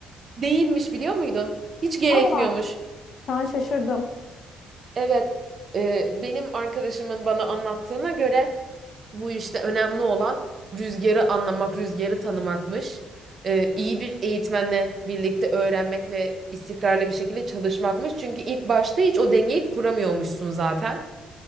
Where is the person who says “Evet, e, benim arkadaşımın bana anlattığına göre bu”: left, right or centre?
Right